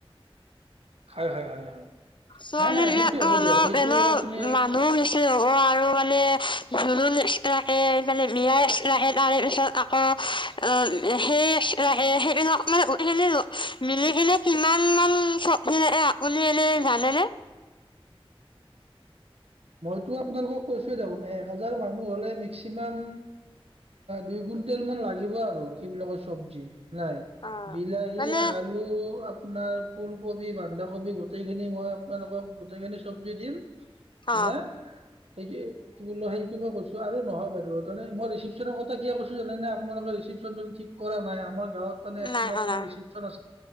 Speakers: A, on the right; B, on the left.
A: হয় হয় হয় হয়
B: ছোৱালী
A: নাই নাই
B: বিিলাকো
A: সেইটো হ'ব
B: অল
A: দিয়ক সেইটো
B: এনে
A: আপুনি
B: মানুহ বেছি হ'ব আৰু মানে ধুলণ একখে মানে বিয়াইচিনে তাৰে পিছত আকৌ অ সেই সেইকমান উি মিলি কিি কিমান মান চব্জি লাগে আপুনি এনে হ ন
A: মইতো আপোনালোকক কৈছোে দেখোন এক হাজাৰ মানুহ হলে মেক্সিমাম দুই কুইণ্টেল মান লাগিব আৰু কি বুলি ক চব্জি নাই
B: অ
A: বিলাহী
B: মানে
A: আলু আপোনাৰ ফুলকবি বানদ অভি গোটেইখিনি মই আপোনালোকক গোটেইখিনি চব্জি দিম হানে
B: অ
A: সেইটো কি বোলো সেইটো মই কৈছো আৰু নহয় বাৰু তে মই ৰিচিপচন কথা কৈছ জান নে আোনালোকে ি ঠ কৰা নাই আমাৰ গাঁত
B: নাই অনা
A: চপন